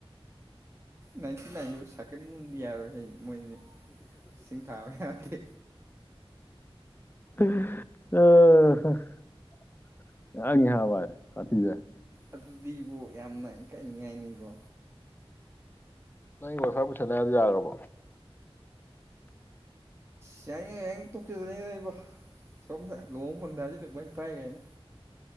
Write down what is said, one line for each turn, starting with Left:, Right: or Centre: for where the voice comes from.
Right: ꯅꯥꯏꯟꯇꯤ ꯅꯥꯏꯟꯗ ꯁꯥꯀꯅꯤ ꯎꯕꯤ ꯌꯥꯔꯦ ꯍꯩ ꯃꯣꯏꯁꯦ ꯏꯁꯤꯡ ꯊꯥꯕ ꯌꯥꯗꯦ
Left: ꯑ ꯑ ꯍ ꯍ ꯁꯥꯊꯤꯍꯦ
Right: ꯑꯗꯨꯗꯤꯕꯣ ꯌꯥꯝꯅ ꯏꯀꯥꯏꯅꯤꯉꯥꯏꯅꯤꯕꯣ
Left: ꯅꯪꯒꯤ ꯋꯥꯏꯐꯥꯏ ꯄꯨꯁꯟꯅꯤꯗꯣ ꯌꯥꯔꯕꯣ
Right: ꯑꯁ ꯌꯥꯏꯉ ꯌꯥꯏ ꯇꯣꯛꯆꯗꯅꯤꯗꯏꯕꯣ ꯁꯣꯝꯗ ꯂꯨꯍꯣꯡ ꯄꯟꯊꯁꯤꯗ ꯃꯩ ꯄꯥꯏꯒꯅ